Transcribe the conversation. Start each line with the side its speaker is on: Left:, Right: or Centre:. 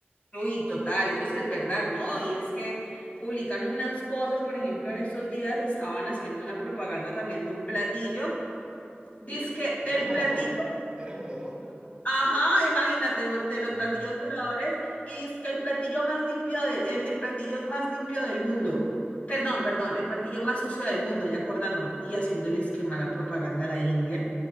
Left: Uy, total, eso sí es verdad, ¿no? Y es que publican unas cosas, por ejemplo, en estos días estaban haciendo una propaganda también de un platillo. Dice
Right: ¿Era
Left: el
Right: volador?
Left: platillo,
Right: ¿Era volador?
Left: ajá, imagínate, vol- de los
Right: Ah,
Left: platillos
Right: ya.
Left: voladores, y dice el platillo más limpio del, el, el platillo es más limpio del mundo. Perdón, perdón, el platillo más sucio del mundo, ya acordándome, y haciéndole que mala propaganda a la India.